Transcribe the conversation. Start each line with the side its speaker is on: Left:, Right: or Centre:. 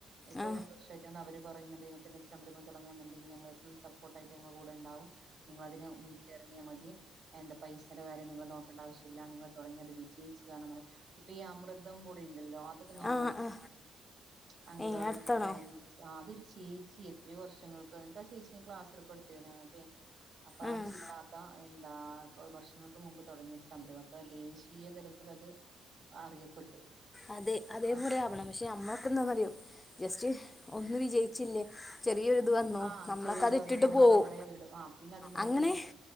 Right: ഇപ്പോ
Left: ആ
Right: രണ്ട് വർഷമായിട്ട അവര് പറയുന്നു എന്ത സംരംഭം തുടങ്ങണ്ടങ്കി ഫുൾ സപ്പോർട്ടായിട്ട് കൂടെ ഉണ്ടാവും. നിങ്ങളതിന് മുന്നിട്ട് ഇറങ്ങിയാൽ മതി എന്താ പൈസയുടെ കാര്യം നിങ്ങൾ നോക്കേണ്ട ആവശ്യല്ല നിങ്ങൾ തുടങ്ങിയത് വിജ ച്ച് കാണും ഇപ്പൊ ഈ അമൃതം പൊടി ഉണ്ടല്ലോ അതക്കെ ഞങ്ങളടുത്ത്
Left: ആ ആ ആ
Right: കിട്ടി ണ്ട് അംഗൽവാടിയിലക്കുള്ള
Left: ഏ അടുത്താണോ
Right: അതൊരു ചേച്ചി എത്രയോ വർഷങ്ങൾക്ക് എന്നിട്ട് ആഹ് ചേച്ചിയ ക്ലാസ്ടുക്കെ എടുത്തരുന്നു ഞങ്ങൾക്ക് അപ്പോചിതാത്ത
Left: ആഹ്
Right: എന്താ വർഷങ്ങൾക്ക് മുമ്പ് തുടങ്ങിരു സംരംഭം അപ്പൊ ദേശീയതലത്തിൽ അത് അറിയപ്പെട്ടു.
Left: അതെ അതേപലെ
Right: ആ
Left: ആവണം പക്ഷെ അമ്മക്ക എന്താന്ന അറിയോ ജസ്റ്റ് ഒന്ന വിജയിച്ചില്ലേ. ചെറിയൊരിത് വന്നു
Right: ആ
Left: നമ്മളക്കെ
Right: ചെറിയത്
Left: അത്
Right: വന്ന്
Left: ഇട്ടിട്ട്
Right: നമ്മളത്
Left: പോവും.
Right: അവിടെ ഇടും ആ പിന്നെ അതിലേക്ക്
Left: അങ്ങനെ
Right: നോക്കും